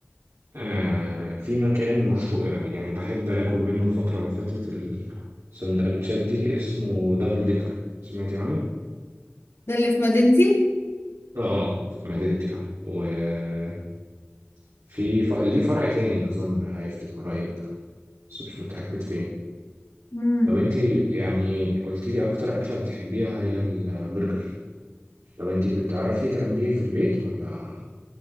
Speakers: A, on the right (about 80°); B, on the left (about 75°).
A: آه في مكان مشهور يعني بحب آكل منه الفترة اللي فاتت السندوتشات دي اسمه دبل ديكر سمعتي عنه؟
B: ده اللي في مدينتي
A: اه في مدينتي اه وفي ف... ليه فرع تاني أظن هيفتح قريب بس مش متأكد فين
B: امم
A: طب انتي يعني قلتي لي أكتر أكلة بتحبيها هي البرجر طب انتي بتعرفي تعمليه في البيت ولا؟